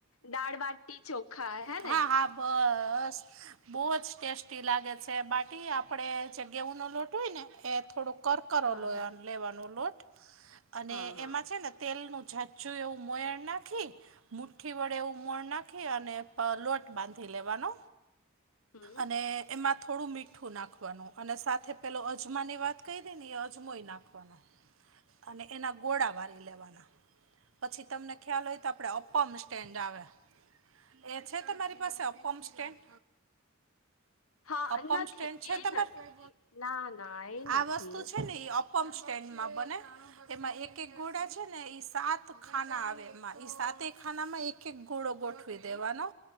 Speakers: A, on the left; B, on the right.
A: દાળબટી ચોખા હે
B: હા
A: ને?
B: હા બસ બહુ જ ટેસ્ટી લાગે છે બાટી આપડે જે ગેઉ ન લોટ હોય ને એ થોડો કરક કરો
A: હા
B: લો
A: હા
B: લેવાનો લોટ અને
A: હા હા
B: એમાં છે ને તેલનું જાચું એવું મોયણ નાખી મઠી વડે એવું મળ નાખી અને લોટ બાંધી લેવાનો.
A: હમ
B: અને એમાં થોડું મીઠ મીઠું નાખવાનું અને સાથે પેલો અજમા ની વાત કહી દે અજમોય નાખવાના અને એના ગોળા ભરી લેવાના પછી તમને ખ્યાલ હોય તો આપડે અપમ સ્ટેન્ડ આવે એ છે તમારી પાસે અપમ સ્ટેન્ડ?
A: હા
B: અપમ
A: નથી
B: સ્ટેન્ડ છે
A: એ
B: તમારે
A: નથી ના ના એ નથી
B: આ વસ્તુ છે ને એ અપમ સ્ટેન્ડમાં બને. એમાં એક એક ગોળા છે ને ઈ સાત ખાના આવે એમાં ઈ સાતે ખાનામાં એક એક ગોળો ગોઠવી દેવાનો.